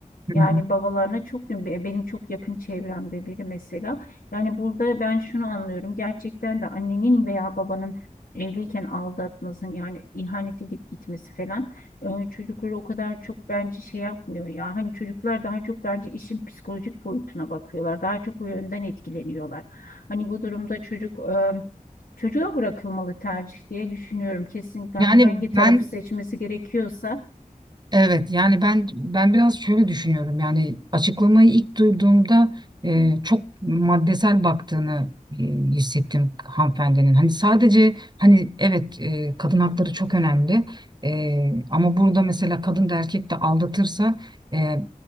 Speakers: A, on the left; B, on the right.
A: Yani
B: hı hı.
A: babalarına çok benim çok yakın çevremde biri mesela. Yani burada ben şunu anlıyorum. Gerçekten de annenin veya babanın evliyken aldatmasın yani ihanet edip gitmesi falan e, çocukları o kadar çok bence şey yapmıyor ya. Hani çocuklar daha çok bence işin psikolojik boyutuna bakıyorlar. Daha çok bu yönden etkileniyorlar. Hani bu durumda çocuk e, çocuğa bırakılmalı tercih diye düşünüyorum. Kesinlikle
B: Yani
A: hani hangi tarafı
B: ben
A: seçmesi gerekiyorsa.
B: Evet yani ben ben biraz şöyle düşünüyorum yani açıklamayı ilk duyduğumda e, çok maddesel baktığını e, hissettim hanımefendinin. Hani sadece hani evet e, kadın hakları çok önemli E, ama burada mesela kadın da erkek de aldatırsa e,